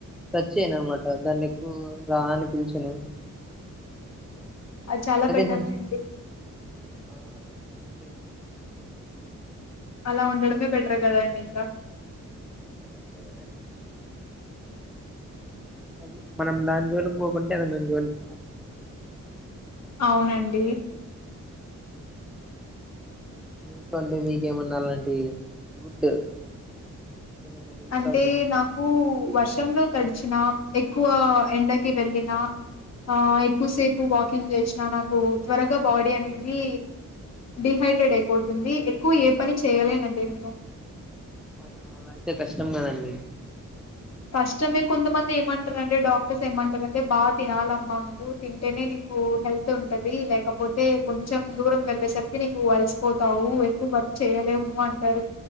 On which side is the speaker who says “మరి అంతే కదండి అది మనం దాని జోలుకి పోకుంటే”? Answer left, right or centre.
Centre